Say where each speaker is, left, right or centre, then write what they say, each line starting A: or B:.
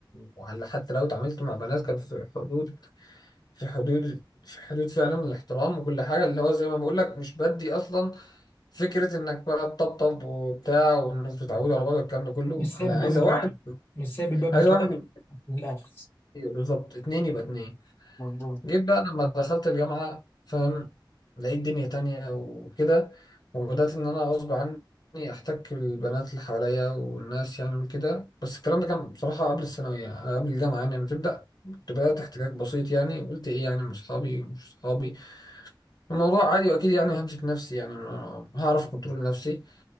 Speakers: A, on the left; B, on the left.
A: وهل حتى لو اتعاملت مع بنات كان في حدود في حدود في حدود فعلا الاحترام وكل حاجة اللي هو زي ما بقول لك مش بدي أصلا فكرة انك بقى تطبطب وبتاع والناس بتتعود على بعض والكلام ده كله
B: مش سايب
A: انا
B: الباب
A: عايزة
B: متوقف
A: واحد
B: مش سايب الباب متوقف
A: عايزة واحد يبقى
B: من الاخر
A: كتير، بالظبط اتنين يبقى اتنين
B: مظبوط
A: جيت بقى لما دخلت الجامعة فاهم لقيت دنيا تانية وكده وبدأت ان انا غصب عني احتك بالبنات اللي حواليا والناس يعني وكده بس الكلام ده كان بصراحة قبل الثانوية قبل الجامعة يعني لما تبدأ كنت بدأت احتكاك بسيط يعني قلت ايه يعني مش صحابي مش صحابي الموضوع عادي واكيد يعني همسك نفسي يعني ما- هعرف كنترول نفسي